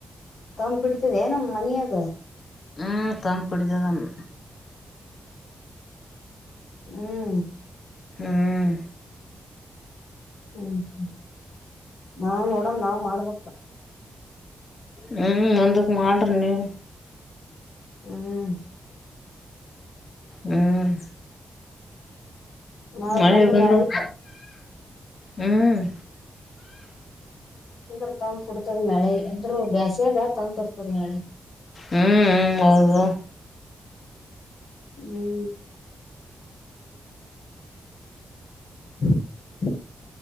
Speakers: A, on the left (about 85°); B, on the left (about 45°).
A: ತಂದು ಬಿಡ್ತಿದೀಯ ಮನೆಯಾಗ.
B: ಹ್ಮ್ ಕಪಡಿಿತಾನ.
A: ಹ್ಮ್.
B: ಹ್ಮ್.
A: ಹ್ಮ್ ಹ್ಮ್ ನಾವ್ ನೋಡಣ ನಾವ್ ಮಾಡ್ಬೇಕು.
B: ಹ್ಮಞ ಒಂದಕ್ಕೆ ಮಾಡರಿಿ ನೀವು.
A: ಹ್ಮ್.
B: ಹ್ಮ್.
A: ಮಾಡ್ಬೇಕಂದ್ರ
B: ಮಳೆ ಇಂದು
A: ಮ್ಯಾಗಿತ್ತ
B: ಹ್ಮ್.
A: ಅಂದ್ರ ತಂ ಕುಡ್ತದ ಮಳೆ ಅಂದ್ರರು ಬ್ಯಾಸ್ಯದ ತಂಗ ಬರ್ತದ ಮಳೆ.
B: ಹ್ಮ್ ಹೌದು.
A: ಹ್ಮ್. ಹ್ಮ <unintelligible>